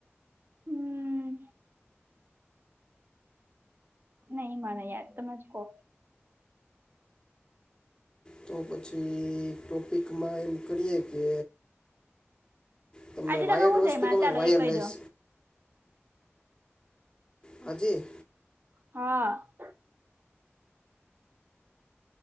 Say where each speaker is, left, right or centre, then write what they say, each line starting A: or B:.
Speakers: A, on the right; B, on the left.
A: હમ. નહી મને યાર તમેજ કો
B: તો પછી ટોપિકમાં એમ કરીએ કે તમને
A: આજે
B: વાયરડ
A: તમે હું
B: વસ્તુ
A: જમ્યા
B: ક વાયરલેસ
A: ચાલો એ કહી દો
B: હજી.
A: હા.